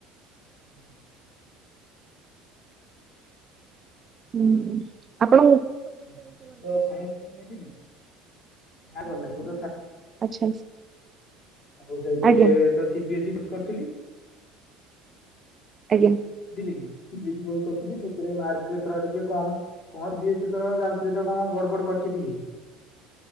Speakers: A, on the left; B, on the right.
A: ଆଜ୍ଞା ।
B: ହୁଁ ଆପଣ
A: ମୁ ତ ସାଇନ୍ସ ନେଇଥିଲି । ଭଲ ଲ ମୁଁ
B: ଆଚ୍ଛା
A: ଆଉ ସେଥି
B: ଆଜ୍ଞା
A: <inaudible> କରିଥିଲି ।
B: ଆଜ୍ଞା
A: ଦିନେକି <unintelligible> ବିଏସ ବ କରିଥିଲି, ସେଥିରେ ମାର୍କ ଏଥର ଟିକେ କମ କଣ ବିଏସ୍ ସିଥର ଜାଣିଥି ତ କଣ ଗଡ ବଡ କରିଛି। <unintelligible>